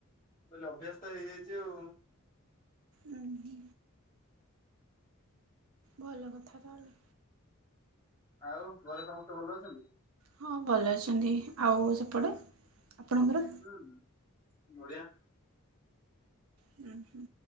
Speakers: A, on the left; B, on the right.
A: ମୁଁ କହିଲି ଅଭ୍ୟସ୍ ତ ହେଇଯାଇଚି ଆଉ।
B: ହୁଁ। ଭଲ କଥା ତାହଲେ।
A: ଆଉ, ଘରେ ସମସ୍ତେ ଭଲ ଅଛନ୍ତି?
B: ହଁ ଭଲ ଅଛନ୍ତି, ଆଉ ସେପଟେ ଆପଣଙ୍କର?
A: ହୁଁ, ବଢିଆ।
B: ହୁଁ-ହୁଁ।